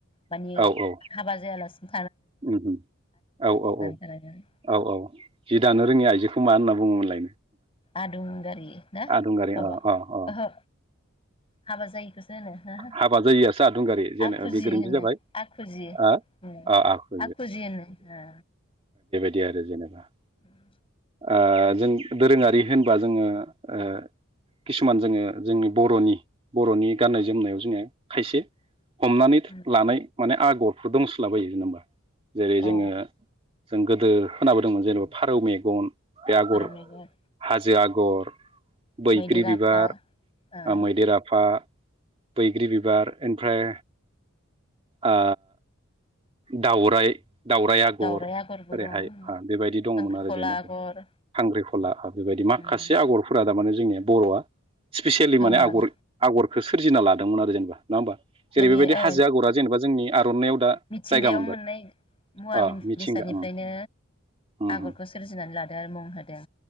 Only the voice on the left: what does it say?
माने
हाबा जायालासे
थानाङो
आदुं गारि ना?
माबा
ओहो। हाबा जायिखोसो होनो होहो
आखुजि
होनो
आखुजि
उम
आखुजि होनो ओ।
उम।
ओ
औ
फारौ मेगन
मैदेर
आफा ओ
दावराइ आगरबो
दं
खांख्रिखला
आगर
उम
दङ
आरो
माने
ओ
मिथिंगायाव
मोननाय मुवा
बेसादनिफ्रायनो
आगरखौ सोरजिनानै लादों आरो मुं होदों